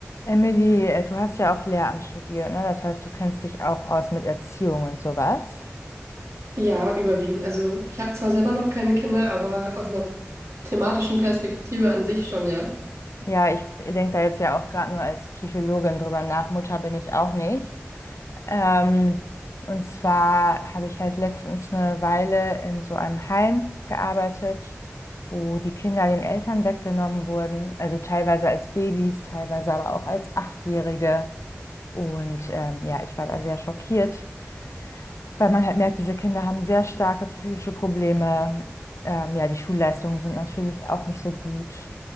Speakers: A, on the left; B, on the right.
A: Emily, äh, du hast ja auch Lehramt studiert, ne? Das heißt, du kennst dich auch aus mit Erziehung und sowas.
B: Ja, überwiegend. Also ich habe zwar selber noch keine Kinder, aber aus einer thematischen Perspektive an sich schon, ja.
A: Ja, ich denke da jetzt ja auch gerade nur als Psychologin drüber nach. Mutter bin ich auch nicht. Ähm, und zwar habe ich halt letztens eine Weile in so einem Heim gearbeitet, wo die Kinder den Eltern weggenommen wurden. Also teilweise als Babys, teilweise aber auch als Achtjährige. Und ähm, ja, ich war da sehr schockiert Weil man halt merkt, diese Kinder haben sehr starke psychische Probleme. Ähm, ja, die Schulleistungen sind natürlich auch nicht so gut.